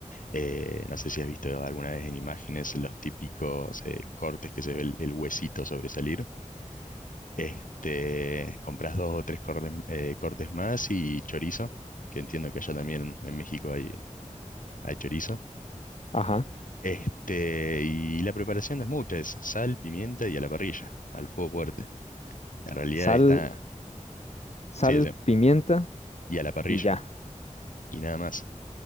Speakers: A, on the left; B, on the left.
A: eh, no sé si has visto alguna vez en imágenes, los típicos eh, cortes que se ve el, el huesito sobresalir. Este, compras dos o tres cortes, eh, cortes más y chorizo, que entiendo que allá también en México hay, hay chorizo.
B: Ajá,
A: Este, y la preparación no es mucha, es sal, pimienta y a la parrilla, al fuego fuerte. En realidad
B: sal,
A: está,
B: sal,
A: sí, sí,
B: pimienta
A: y a la parrilla,
B: y ya.
A: y nada más.